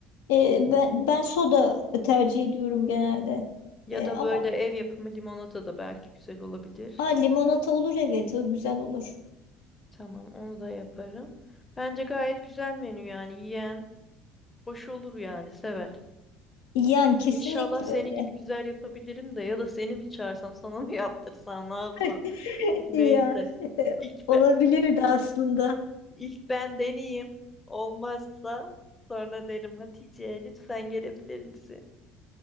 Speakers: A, on the left; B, on the left.
A: E, ben, ben soda tercih ediyorum genelde.
B: Ya
A: E,
B: da
A: ama
B: böyle ev yapımı limonata da belki güzel olabilir.
A: ha, limonata olur evet o güzel olur.
B: Tamam onu da yaparım. Bence gayet güzel menü yani yiyen hoş olur yani sever.
A: Yani kesinlikle
B: İnşallah senin
A: öyle.
B: gibi güzel yapabilirim de ya da seni mi çağırsam sana mı <laughs> yaptırsam ne yapsam.
A: <laughs>
B: <laughs> Neyse
A: Ya e,
B: ilk,
A: olabilirdi
B: be-
A: aslında.
B: ilk ben deneyeyim olmazsa sonra derim Hatice lütfen gelebilir misin?